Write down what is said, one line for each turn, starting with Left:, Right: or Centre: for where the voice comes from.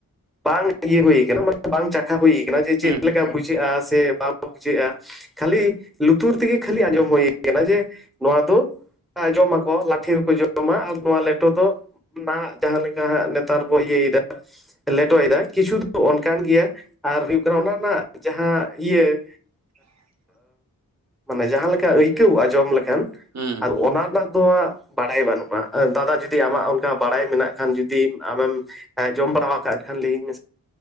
Centre: ᱵᱟᱝ ᱤᱭᱟᱹ ᱦᱩᱭ ᱠᱟᱱᱟ ᱢᱟᱱᱮ ᱵᱟᱝ ᱪᱟᱠᱷᱟ ᱦᱩᱭ ᱠᱟᱱᱟ ᱡᱮ ᱪᱮᱫ
Right: ᱦᱩᱸ ᱦᱩᱸ
Centre: ᱞᱮᱠᱟ ᱵᱩᱡᱷᱼ ᱵᱩᱡᱷᱟᱹᱜᱼᱟ ᱥᱮ ᱵᱟᱝ ᱵᱩᱡᱷᱟᱹᱜᱼᱟ ᱠᱷᱟᱹᱞᱤ ᱞᱩᱛᱩᱨ ᱛᱮᱜᱮ ᱠᱷᱟᱹᱞᱤ ᱟᱸᱡᱚᱢ ᱦᱩᱭ ᱠᱟᱱᱟ ᱡᱮ ᱱᱚᱣᱟ ᱫᱚ ᱡᱚᱢᱟᱠᱚ, ᱞᱟᱴᱷᱷᱮ ᱨᱮᱠᱚ ᱡᱚᱢᱟ ᱟᱨ ᱱᱚᱣᱟ ᱞᱮᱴᱚ ᱫᱚ ᱱᱟ ᱡᱟᱦᱟᱸᱮ ᱞᱮᱠᱟ ᱦᱟᱸᱜ ᱱᱮᱛᱟᱨ ᱠᱚ ᱤᱭᱟᱹᱭ ᱫᱟ ᱞᱮᱴᱚᱭᱫᱟ ᱠᱤᱪᱷᱩ ᱫᱚ ᱚᱱᱠᱟᱱ ᱜᱮᱭᱟ ᱟᱨ ᱦᱩᱭᱩᱜ ᱠᱟᱱᱟ ᱚᱱᱟ ᱨᱮᱱᱟᱜ ᱡᱟᱦᱟᱸ ᱤᱭᱟᱹ
Right: <inaudible>
Centre: ᱢᱟᱱᱮ ᱡᱟᱦᱟᱸᱮ ᱞᱮᱠᱟ ᱟᱹᱭᱠᱟᱹᱣᱚᱜᱼᱟ ᱡᱚᱢ ᱞᱮᱠᱷᱟᱱ
Right: ᱦᱩᱸ
Centre: ᱟᱨ
Right: ᱦᱩᱸ
Centre: ᱚᱱᱟ ᱨᱮᱱᱟᱜ ᱫᱚ ᱵᱟᱲᱟᱭ ᱵᱟᱹᱱᱩᱜᱼᱟ ᱫᱟᱫᱟ ᱡᱩᱫᱤ ᱟᱢᱟᱜ ᱚᱱᱠᱟ ᱵᱟᱲᱟᱭ ᱢᱮᱱᱟᱜ ᱠᱷᱟᱱ ᱡᱩᱫᱤ ᱟᱢᱮᱢ ᱦᱮᱸ ᱡᱚᱢ ᱵᱟᱲᱟ ᱟᱠᱟᱫ ᱛᱟᱦᱮᱸᱱ ᱞᱤᱧ